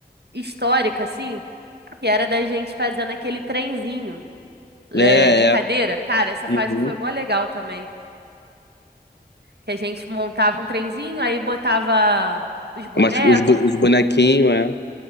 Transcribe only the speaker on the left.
É,
é.
Uhum.
Mas os, bo- os bonequinhos, é.